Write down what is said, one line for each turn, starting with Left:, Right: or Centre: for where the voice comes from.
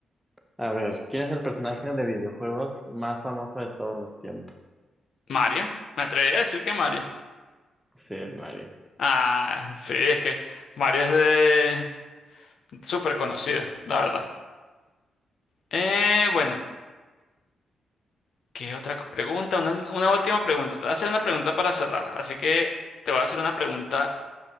Centre: A ver, ¿quién es el personaje de videojuegos más famoso de todos los tiempos?
Left: Mario, me atrevería a decir que Mario.
Centre: Sí, es Mario.
Left: Ah, sí, es que Mario es de... súper conocido, la verdad. Eh, bueno, ¿qué otra pregunta? Una, una última pregunta. Te voy a hacer una pregunta para cerrar. Así que te voy a hacer una pregunta